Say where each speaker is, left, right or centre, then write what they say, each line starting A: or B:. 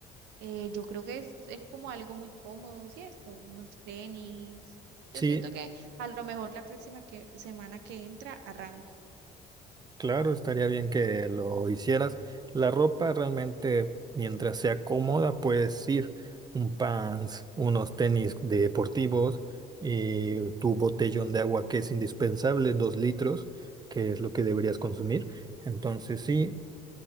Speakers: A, on the right; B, on the right.
A: Eh, yo creo que es, es como algo muy cómodo, ¿cierto? Unos tenis. Yo
B: Sí,
A: siento que a lo mejor la próxima que, semana que entra arranco.
B: Claro, estaría bien que lo hicieras. La ropa realmente, mientras sea cómoda, puedes ir un pants, unos tenis deportivos y tu botellón de agua que es indispensable, dos litros, que es lo que deberías consumir. Entonces, sí,